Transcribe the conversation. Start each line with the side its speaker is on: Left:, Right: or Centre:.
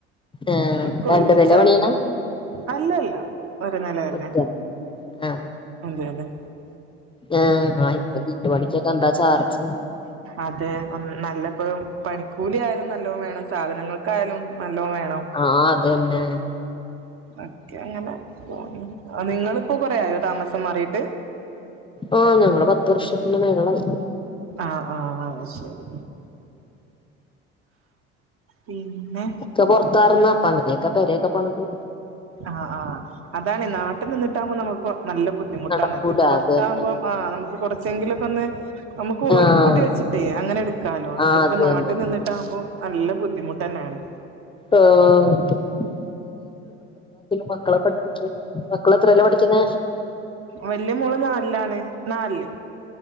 Left: ആഹ്
Right: ഒക്കെ
Left: രണ്ട്
Right: ഒരുമിച്ചായിരുന്നു
Left: നില പണിയണ
Right: അല്ലല്ല ഒരു നില തന്നെ
Left: ഒറ്റ ആഹ്
Right: അതെ അതെ
Left: ആഹ് ഇപ്പൊ വീട്ടു പണിക്കൊക്കെ എന്താ ചാർജ്
Right: അതെ നല്ലപ്പോ പണിക്കൂലി ആയാലും നല്ലോം വേണം സാധനങ്ങൾക്കായാലും നല്ലോം വേണം
Left: ആഹ് അതന്നെ
Right: ഒക്കെ അങ്ങനെ പോകുന്നു നിങ്ങളിപ്പൊ കൊറേ ആയോ താമസം മാറീട്ട്
Left: ആഹ് ഞങ്ങള് പത്ത് വർഷത്തിന്റെ മേളിലായി
Right: ആഹ് ആഹ് ശരി പിന്നെ
Left: ഒക്കെ പൊറത്താർന്നു അപ്പൊ അങ്ങനെയൊക്കെ പെരയൊക്കെ പണിതു
Right: ആഹ് ആ അതാണ് നാട്ടിൽ നിന്നിട്ടാകുമ്പോ നമ്മക്ക് നല്ല ബുദ്ധിമുട്ടാണത്
Left: നടക്കൂല
Right: പുറത്താകുമ്പോ
Left: അത് തന്നെ
Right: ആഹ് നമുക്ക് കുറച്ചെങ്കിലൊക്കെ ഒന്ന് നമുക്ക്
Left: ആഹ്
Right: ഒരുക്കൂട്ടി വെച്ചിട്ടേ അങ്ങനെ എടുക്കാലോ
Left: ആഹ്
Right: ഇതിപ്പോ
Left: അത്
Right: നാട്ടിൽ
Left: തന്നെ
Right: നിന്നിട്ടാകുമ്പോ നല്ല ബുദ്ധിമുട്ട് തന്നെയാണ്
Left: ആഹ് <unintelligible> മക്കളെ പഠിപ്പിച്ചു മക്കള് എത്രേല പഠിക്കുന്ന്
Right: വല്യ മോള് നാലിലാണ് നാലില്